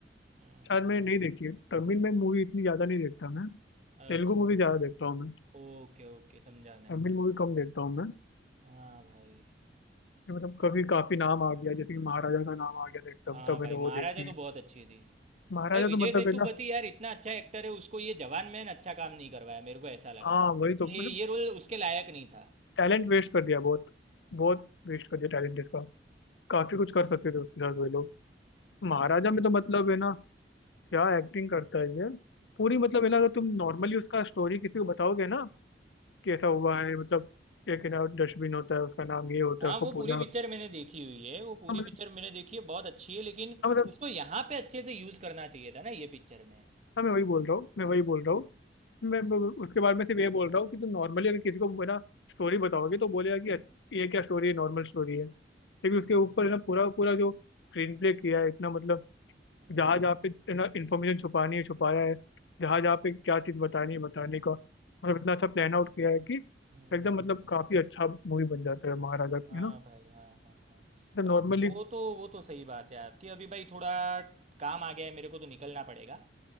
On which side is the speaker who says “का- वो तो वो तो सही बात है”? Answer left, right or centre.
Right